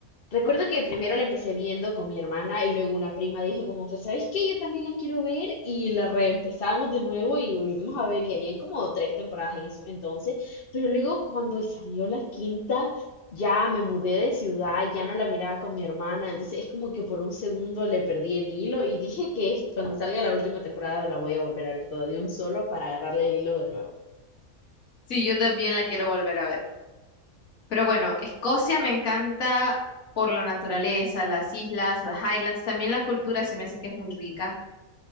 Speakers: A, on the left; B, on the left.
A: Recuerdo que primero la empecé viendo con mi hermana y luego una prima dijo como, pues, ¿sabes qué? Yo también la quiero ver y la reempezamos de nuevo y volvimos a ver y habían como tres temporadas en eso entonces, pero luego cuando salió la quinta ya me mudé de ciudad y ya no la miraba con mi hermana, entonces es como que por un segundo le perdí el hilo y dije que es- cuando salga la última temporada la voy a volver a ver toda de un solo para agarrarle el hilo de nuevo.
B: Sí, yo también la quiero volver a ver. Pero bueno, Escocia me encanta por la naturaleza, las islas, las Highlands, también la cultura se me hace que es muy rica.